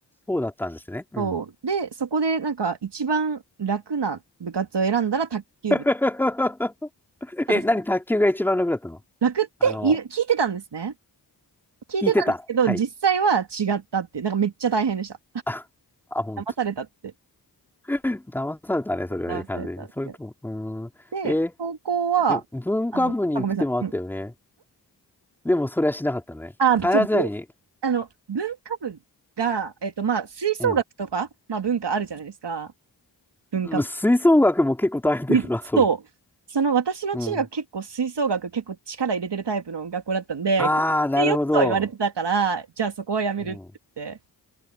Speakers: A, in the centre; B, on the right.
A: そうだったんですね。うん。
B: そう。で、そこでなんか一番楽な部活を選んだら卓球部。
A: <laughs>
B: ただその、
A: え、何、卓球が一番楽だったの
B: 楽っている、
A: あの、
B: 聞いてたんですね。聞いてたんですけど、
A: 聞いてた。はい。
B: 実際は違ったっていう、なんかめっちゃ大変でした。
A: あ、あ、本
B: 騙されたって。
A: 騙されたね、それはね、
B: 騙されたって感じ。
A: 完全に。それとも、うーん。
B: で、
A: え
B: 高校は、
A: ー、でも文化部に行く手もあったよね。
B: あの、あ、ごめんなさい。うん。
A: でも、それはしなかったね。
B: あ、
A: 必ずやに、
B: そう、文あの、文化部が、えっと、まあ、吹奏楽とか、
A: うん。
B: まあ、文化あるじゃないですか。文化と、
A: うん吹奏楽も結構大変だよな、
B: <laughs>
A: それ。
B: そその私の中学結構吹奏楽結構力入れてるタイプの学校だったんで、
A: うん。ああ、なるほど。
B: でよっとは言われてたから、じゃあそこはやめるって言って、
A: うん。